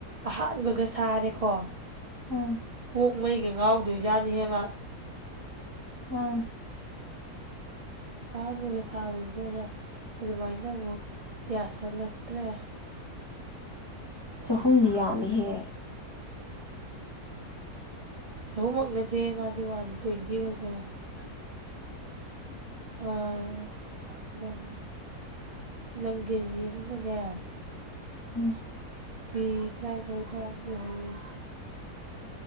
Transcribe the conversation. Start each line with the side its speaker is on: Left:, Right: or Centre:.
Right: ꯑꯍꯥꯟꯕꯒ ꯁꯥꯔꯦꯀꯣ
Left: ꯎꯝ
Right: ꯀꯣꯛ ꯃꯩꯒ ꯉꯥꯎꯗꯣꯏꯖꯥꯠꯅꯤꯍꯦ ꯃꯥ
Left: <unintelligible>
Right: ꯑꯍꯥꯟꯕꯒ ꯁꯥꯕꯁꯤꯗꯒ ꯑꯗꯨꯃꯥꯏꯅ ꯑꯃꯨꯛ ꯌꯥꯁꯜꯂꯛꯇ꯭ꯔꯦ
Left: ꯆꯍꯨꯝꯗꯤ ꯌꯥꯝꯃꯤꯍꯦ
Right: ꯆꯍꯨꯝꯃꯛ ꯅꯠꯇꯦꯍꯦ ꯃꯥꯗꯤ ꯋꯥꯟ ꯇ꯭ꯋꯦꯟꯇꯤ ꯈꯛꯇꯅꯦ
Left: <unintelligible>
Right: ꯑꯥ ꯅꯪ ꯂꯥꯪ ꯀꯦꯖꯤ ꯑꯃꯗꯅꯦ
Left: ꯎꯝ
Right: ꯐꯤ ꯇ꯭ꯔꯥꯅꯤꯊꯣꯏ ꯇ꯭ꯔꯥꯍꯨꯝꯗꯣꯏ ꯍꯧꯋꯦ